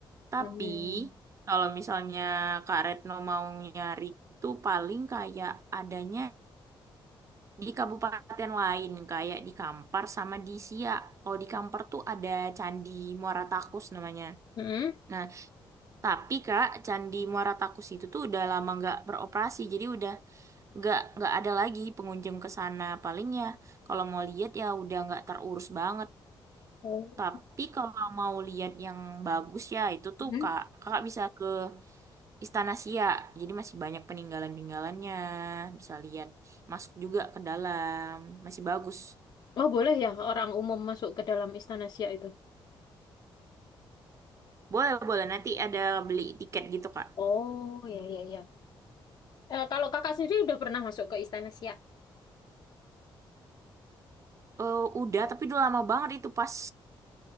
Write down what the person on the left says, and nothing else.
Mm-mm.
Mm-mm.
Oh.
Mm-mm.
Oh boleh ya orang umum masuk ke dalam Istana Siak itu.
Oh, ya, ya, ya. Eh, kalau kakak sendiri udah pernah masuk ke Istana Siak?